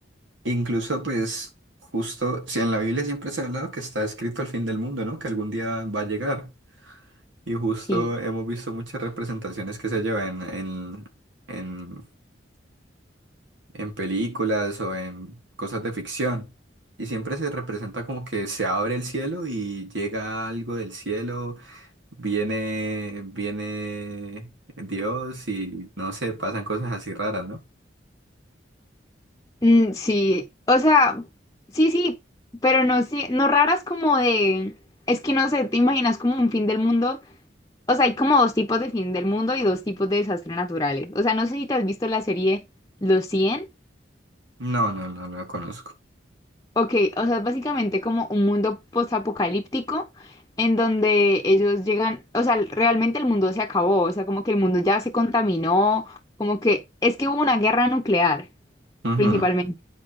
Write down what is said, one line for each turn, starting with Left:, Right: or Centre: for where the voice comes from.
Right: incluso pues, justo, si en la Biblia siempre se ha hablado que está escrito el fin del mundo, ¿no? Que algún día va a llegar. Y justo
Left: <laughs> Sí.
Right: hemos visto muchas representaciones que se llevan en, en, en películas o en cosas de ficción. Y siempre se representa como que se abre el cielo y llega algo del cielo, viene, viene Dios y no sé, pasan cosas así raras, ¿no?
Left: Mm, sí, o sea, sí, sí, pero no, sí, no raras como de, es que no sé, te imaginas como un fin del mundo, o sea, hay como dos tipos de fin del mundo y dos tipos de desastres naturales, o sea, no sé si te has visto la serie Los 100,
Right: No, no, no, la conozco.
Left: ok, o sea, es básicamente como un mundo postapocalíptico en donde ellos llegan, o sea, realmente el mundo se acabó, o sea, como que el mundo ya se contaminó, como que es que hubo una guerra nuclear,
Right: Ujú,
Left: principalmente